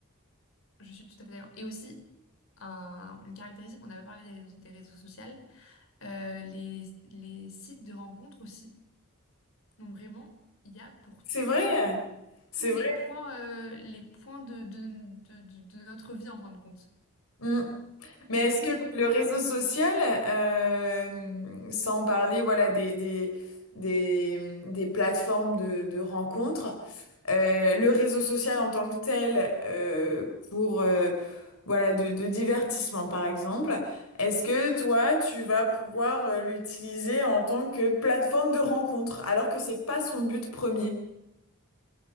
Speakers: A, on the left; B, on the left.
A: Je suis tout à fait d'accord. Et aussi, un- une caractéristique, on avait parlé des réseaux, des réseaux sociaux, euh, les, les sites de rencontres aussi. Donc vraiment, il y a pour
B: c'est vrai
A: tout,
B: c'est
A: tous les
B: vrai
A: points, euh, les points de, de, de, de de notre vie en fin de compte,
B: Mm. Mais
A: pour
B: est-ce
A: tous
B: que
A: les aspects.
B: le réseau social, euh, sans parler voilà des, des, des, des plateformes de, de rencontres, euh, le réseau social en tant que tel, euh, pour euh, voilà de, de divertissement par exemple, est-ce que toi tu vas pouvoir euh, l'utiliser en tant que plateforme de rencontre alors que c'est pas son but premier?